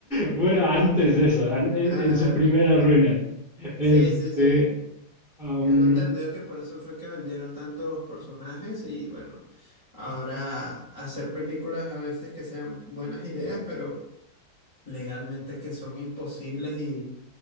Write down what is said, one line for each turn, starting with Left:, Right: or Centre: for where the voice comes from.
Centre: Bueno, antes de eso, an- en,
Left: Ah,
Centre: en su primera ruina. Este,
Left: Sí, sí, sí.
Centre: am,
Left: Tengo entendido que por eso fue que vendieron tantos personajes y bueno, ahora hacer películas a veces que sean buenas ideas, pero... legalmente que son imposibles y,